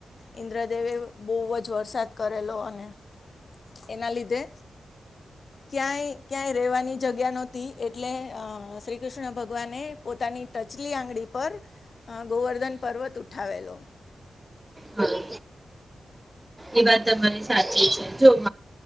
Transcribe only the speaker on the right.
હા એ વાત તમારી સાચી છે જો